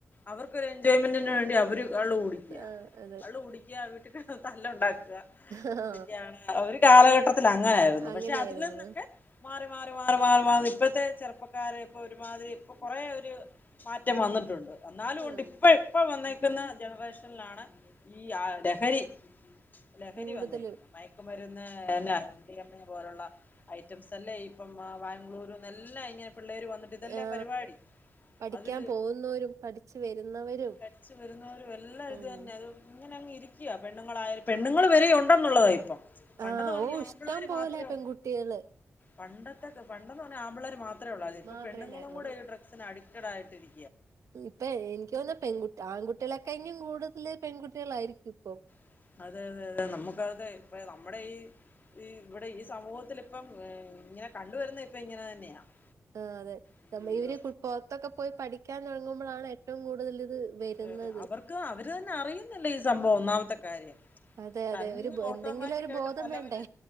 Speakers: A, on the left (about 35°); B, on the right (about 80°).
A: അവർക്കൊരു എൻജോയ്മെന്റിന് വേണ്ടി അവര് കള്ള് കുടിക്യാ
B: ആ അതെ
A: കള്ള് കുടിക്യാ വീട്ടി തല്ല ഉണ്ടാക്കി അതൊെയാണ്
B: ആ
A: അവ കാലഘട്ട അങ്ങനൊയിരുന്നു
B: അങ്ങനെയായിരുന്നു
A: പക്ഷെ അതിൽ നിന്നൊക്കെ മാറി മാറി മാറി മാറി മാറി ഇപ്പഴത്തെ ചെറുപ്പക്കാരെ ഇപ്പൊ ഒരുമാതിരി ഇപ്പ കുറെേ ഒരു മാറ്റം വന്നിട്ടുണ്ട് എന്നാലും
B: ആ
A: ഒണ്ട് ഇപ്പ ഇപ്പ വന്നേ ുന്ന ജനറേഷനിലാണ് ഈ ആ ലഹരി ലഹരി
B: കൂടുതലും
A: വന്നേരിക്കുന്നു മയക്കുമരുന്ന്മ്മെ പോലുള്ള ഐറ്റംസ് അല്ലേ ഇപ്പം ബാംഗ്ലൂരുന്ന എല്ലാം ഇങ്ങനെ പിള്ളേര് വന്നട്ട് ഇതല്ലേ
B: ആ
A: പരിപാടി
B: പഠിക്കാൻ
A: അത്
B: പോകുന്നോരും പഠിച്ചു വരുന്നവരും
A: പടിച്ചു വരുന്നോരു എല്ലാം
B: ഉം
A: ഇത് തന്നെയാ അത് ഇങ്ങനെ അങ്ങ് ഇരിക്കയാ പെൺ പണ്ണങ്ങളര പെണ്ണങ്ങൾ വരെയ ഉണ്ടെന്നുള്ളതാണ് ഇപ്പം പണ്ടെന്ന്
B: ആ
A: പറഞ്ഞ
B: ഓ ഇഷ്ടം
A: ആമ്പിളർ
B: പോലെ
A: മാത്രമേള്ള
B: പെൺകുട്ടികള്
A: പണ്ടത്തെൊക്കെ പണ്ടെന്ന് പറഞ്ഞാൽ ആമ്പിളേർ മാത്രേ ഉള്ളൂ അത് ഇപ്പൊ
B: മാത്രേ
A: പെണ്ണുങ്ങളും
B: ഉണ്ടായിരുന്നുള്ളൂ
A: കൂടെ നടുക്കടായിട്ടിരി
B: ഇപ്പൊ എനിക്ക് തോന്ന പെൺകു ആൺകുട്ടിയേളെക്കായ്നും കൂടുതല് പെൺകു കുട്ടികളായിരിക്കും ഇപ്പം.
A: <inaudible>
B: ആഹ് അതെ
A: അയ്യോ
B: നമ്മ ഇവര് പുറത്തൊക്കെ പോയി പഠി ഠിക്കാൻ തുടങ്ങുമ്പളാണ് ഏറ്റവും കൂടുതൽ ഇത് വരുന്നത്
A: അതയതെ. അവർക്ക് അവര് തന്നെ അറിയുന്നില്ല ഈ സംഭവം ഒന്നാമത്തെ കാര്യം
B: അതെ അതെ
A: തന്നെ
B: ഒരു ബോ-
A: ഓട്ടോമാറ്റിക്
B: എന്തെങ്കിലും ഒരു
A: ആയിട്ട്
B: ബോധം
A: പല
B: വേണ്ടേ
A: പല